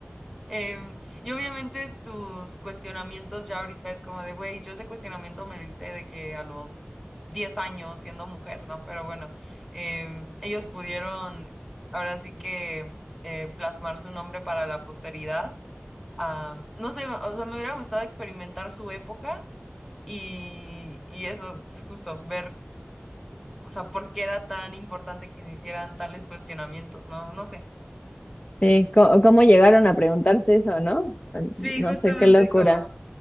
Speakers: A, in the centre; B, on the left.
A: Em, y obviamente sus cuestionamientos ya ahorita es como de, güey, yo ese cuestionamiento me lo hice de que a los 10 años siendo mujer, ¿no? Pero bueno, em, ellos pudieron ahora sí que eh, plasmar su nombre para la posteridad. Ah, no sé, o sea, me hubiera gustado experimentar su época y, y eso, es justo ver, o sea, por qué era tan importante que se hicieran tales cuestionamientos, ¿no? No sé.
B: Sí, co- ¿cómo, llegaron a preguntarse eso, no?
A: Sí,
B: No
A: justamente
B: sé, qué locura.
A: como...